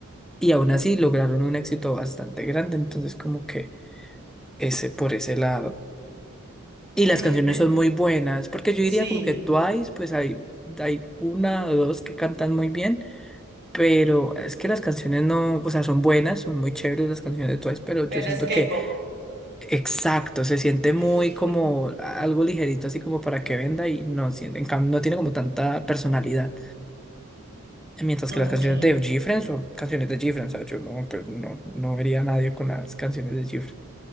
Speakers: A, in the centre; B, on the right.
A: Y aún así lograron un éxito bastante grande. Entonces, como que ese por ese lado. Y las
B: eh,
A: canciones
B: pero,
A: son muy buenas porque yo diría
B: Sí,
A: como que Twice, pues hay, hay una o dos que cantan muy bien. Pero es que las canciones no, o sea, son buenas, son muy chéveres las canciones de Twice, pero
B: pero
A: yo siento
B: es K-pop.
A: que Exacto, se siente muy
B: <laughs>
A: como algo ligerito, así como para que venda y no, siente- en cambio, no tiene como tanta personalidad. Mientras
B: ok.
A: que las canciones de Gifren son canciones de Gifren, o sea, yo no, pues, no, no vería a nadie con las canciones de Gifren.